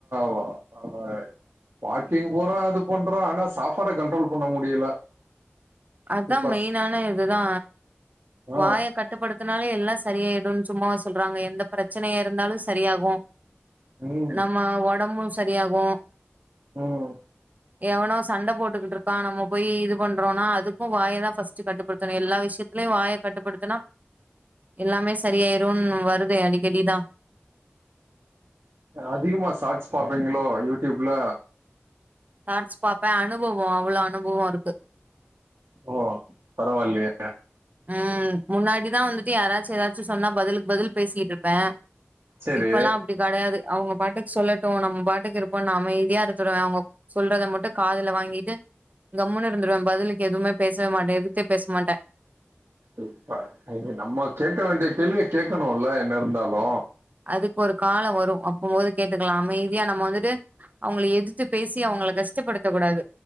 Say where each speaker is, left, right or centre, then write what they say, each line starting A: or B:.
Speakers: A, on the right; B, on the right.
A: வ அபாய் வாக்கிங் போறோ அது பண்றோ ஆனா சாப்பாட கண்ட்ரோல் பண்ண முடியல
B: அதா
A: இப்ப
B: மெயினான இதுதா
A: ஆ
B: வாய கட்டுப்படுத்துனாலே எல்லா சரியாயிடுன்னு சும்மாவா சொல்றாங்க எந்த பிரச்சனையா இருந்தாலு சரியாகு
A: ம்
B: நம்ம ஒடம்பு சரியாகு
A: ம்
B: எவனோ சண்ட போட்டுக்குட்ருக்கா நம்ம போய் இது பண்றோனா அதுக்கு வாய தா ஃபர்ஸ்ட் கட்டுப்படுத்தணு எல்லா விஷயத் அதுலயு வாய கட்டுப்படுத்துனா எல்லாமே சரியாயிருன்னு வருதே அடிக்கடிதா
A: அதிகமா சாட்ஸ் பாப்பீங்களோ யூடியூப்ல
B: சார்ட்ஸ் பாப்பே அனுபவோ அவ்ளோ அனுபவோ இருக்கு
A: ஓ பரவா இல்லயே
B: ம் முன்னாடிதா வந்துட்டு யாராச்சு ஏதாச்சு சொன்னா பதிலுக்கு பதில் பேசிகிட் இருப்பே
A: சரி
B: இப்பெல்லா அப்டி கெடையாது அவங்க பாட்டுக்கு சொல்லட்டு நம்ம பாட்டுக்கு இருப்போன்னு நா அமைதியா இருத்துருவே அவங்க சொல்றத மட்டு காதுல வாங்கீட்டு கம்முன்னு இருந்துருவே பதிலுக்கு எதுவுமே பேசவே மாட்டே எதுத்தே பேச மாட்டே
A: எப்பா ஐயோ நம்ம கேக்க வேண்டிய கேள்விய கேட்கணுல என்ன இருந்தாலு
B: அதுக்கு ஒரு காலோ வரு அப்பம்போது கேட்டுக்கலா அமைதியா நம்ம வந்துட்டு அவங்கள எதுத்து பேசி அவங்கள கஷ்டப்படுத்த கூடாது